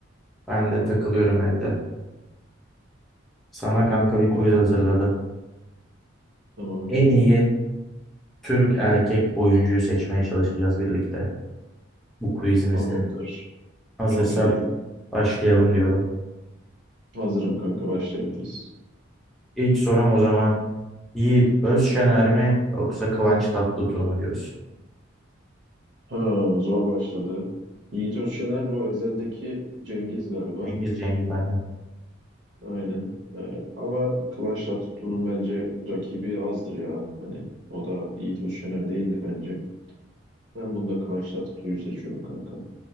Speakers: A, in the centre; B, on the right.
A: Ben de takılıyorum evde. Sana kanka bir quiz
B: Evet,
A: hazırladım.
B: Tamam
A: En iyi Türk erkek oyuncuyu seçmeye çalışacağız birlikte bu quizimizde.
B: tamamdır.
A: Hazırsan
B: Çok iyi.
A: başlayalım diyorum.
B: Hazırım kanka başlayabiliriz.
A: İlk sorum o zaman Yiğit Özşener mi yoksa Kıvanç Tatlıtuğ mu diyorsun?
B: Ha zor başladı. Yiğit Özşener bu Ezel'deki Cengiz galiba.
A: Cengiz Cengiz aynı.
B: Aynen. Ee, ama Kıvanç Tatlıtuğ'un bence rakibi azdır ya. Hani o da Yiğit Özşener değildir bence. Ben bunda Kıvanç Tatlıtuğ'u seçiyorum kanka.